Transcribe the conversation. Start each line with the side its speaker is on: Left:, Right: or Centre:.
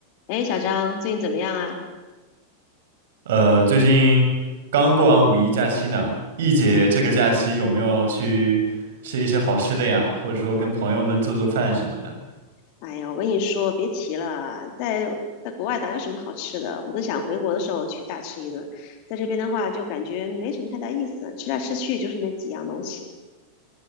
Left: 哎，小张，最近怎么样啊？
Right: 呃，最近刚过完五一假期呢，易姐这个假期有没有去吃一些好吃的呀？或者说跟朋友们做做饭什么的？
Left: 哎呀，我跟你说，别提了，在在国外哪有什么好吃的，我都想回国的时候去大吃一顿。在这边的话，就感觉没什么太大意思，吃来吃去就是那几样东西。